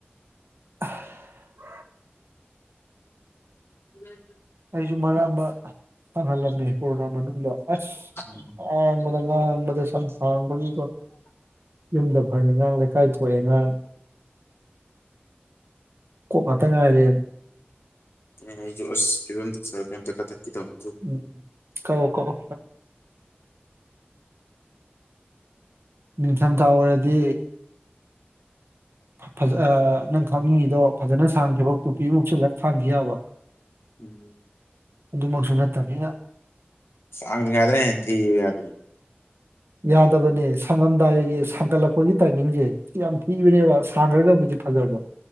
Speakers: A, on the right; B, on the left.
A: <inaudible>
B: ꯎꯝ ꯍꯝ
A: ꯑꯩꯁꯨ ꯃꯔꯥꯕ ꯐꯪꯍꯜꯂꯝꯃꯦ ꯀꯣꯔꯣꯅꯥ ꯃꯅꯨꯡꯗ ꯑꯁ
B: ꯎꯝ
A: ꯑ ꯃꯗꯪ ꯃꯗ ꯁ ꯍꯕꯒꯤꯀꯣ ꯌꯨꯝꯗ ꯐꯪꯉꯦ ꯑꯥꯡ ꯂꯩꯀꯥꯏ ꯊꯣꯛꯑꯦ ꯉꯥꯡ ꯃ ꯃꯇꯝꯪ ꯉꯥꯏꯔꯦ
B: ꯑꯩꯁꯨ ꯑꯁ ꯐꯤꯕꯝꯗ ꯀꯩꯝꯇ ꯀꯊꯠꯈꯤꯗꯕ
A: ꯎꯝ ꯀꯧꯑꯣ ꯀꯛꯑꯣ ꯅꯤꯡꯊꯝꯊꯥ ꯑꯣꯏꯔꯗꯤ ꯐꯖ ꯅꯪ ꯈꯥꯡꯅꯤꯡꯉꯤꯗꯣ ꯐꯖꯅ ꯁꯥꯡꯈꯤꯕꯈꯤꯕ ꯇꯨꯄꯤꯐꯥꯎꯁꯨꯂꯛ ꯈꯥꯡꯈꯤ ꯌꯥꯕ
B: ꯎꯝ
A: ꯑꯗꯨꯃꯛꯁꯨ ꯅꯠꯇꯝꯅꯤꯅ
B: <unintelligible> ꯍꯦꯟꯅꯥ ꯊꯤꯌꯦ ꯌꯥꯗꯦ
A: ꯌꯥꯗꯕꯅꯦ ꯁꯪꯉꯝꯗꯥꯏꯒꯤ ꯁꯥꯡꯒꯠꯂꯛꯄꯒꯤ ꯇꯥꯏꯃꯤꯡꯖꯦ ꯁꯤ ꯌꯥꯝ ꯊꯤꯕꯅꯦꯕ ꯁꯥꯡꯈ꯭ꯔꯒꯕꯨꯗꯤ ꯐꯖꯕ